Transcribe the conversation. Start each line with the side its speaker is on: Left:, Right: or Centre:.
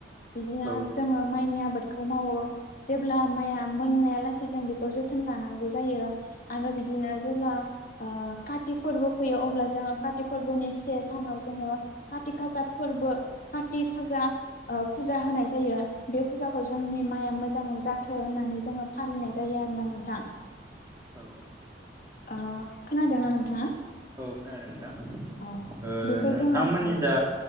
Left: बिदिनो
Right: औ
Left: जोङो माइनि आबाद। खौ मावो जेब्ला माइया मोननाया लासे जों बेखौ जोथोन लानांगौ जायो। आरो बिदिनो जेब्ला ओ काति फोरबो फैयो अब्ला जोङो काति फोरबोनि से सानाव जोङो काति खासा फोरबो काति खाजा ओ फुजा होनाय जायो बे फुजाखौ जोंनि माइआ मोजाङै जाथो होननानै जोङो फालिनाय जायो आरोना नोंथां।
Right: औ।
Left: ओ खोनादोना नोंथाङा?
Right: औ खोनादों नोंथां।
Left: औ
Right: ओ
Left: बेखौ
Right: नोंथांमोननि
Left: जोङो औ
Right: जा